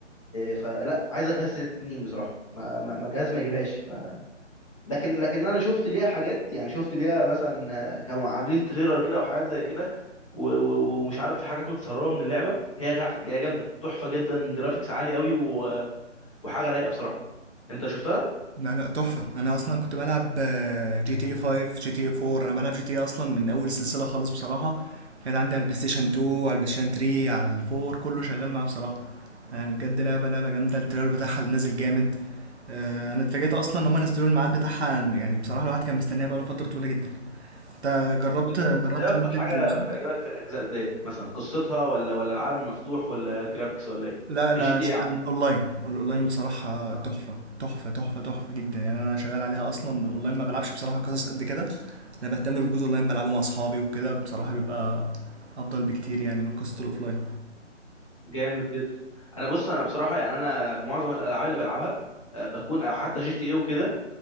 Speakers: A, on the left; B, on the right.
A: فلا عايزه جهاز سنين بصراحه ما ما ما جهازي ما يجيبهاش ف... لكن لكن انا شفت ليها حاجات يعني شفت ليها مثلا كانوا عاملين تريلر كده وحاجات زي كده و- و- ومش عارف في حاجات متسربه من اللعبه هي جح- هي جامده تحفه جدا جرافيكس عالي قوي و... وحاجه رايقه بصراحه انت شفتها
B: لا لا تحفة انا اصلا كنت بلعب آه، جي تي اي 5 جي تي اي 4 انا بلعب جي تي اي اصلا من اول سلسلة خالص بصراحة كانت عندي على البلاي ستيشن 2 على البلاي ستيشن 3 على ال 4 كله شغال معاه بصراحة يعني بجد لعبة لعبة جامدة التريلر بتاعها اللي نازل جامد آه، انا اتفاجئت اصلا ان هم نزلوا الميعاد بتاعها يعني بصراحة الواحد كان مستنيها بقاله فترة طويلة جدا انت جربت
A: انت
B: جربت
A: انت ايه اكتر
B: ريد
A: حاجه
B: ديد 2 صح؟
A: بتعجبك في الاجزاء ديت مثلا قصتها ولا ولا العالم مفتوح ولا جرافيكس ولا ايه
B: لا
A: في
B: انا
A: جي تي
B: اشتغل
A: ايه عامه
B: اونلاين الاونلاين بصراحه
A: اه
B: تحفه تحفه تحفه تحفه جدا يعني انا شغال عليها اصلا اونلاين ما بلعبش بصراحه قصص قد كده انا بهتم بالجزء اونلاين بلعبه مع اصحابي وكده بصراحه بيبقى افضل بكتير يعني من قصه الاوفلاين
A: جامد جدا انا بص انا بصراحه يعني انا معظم الالعاب اللي بلعبها آه، بكون او حتى جي تي ايه وكده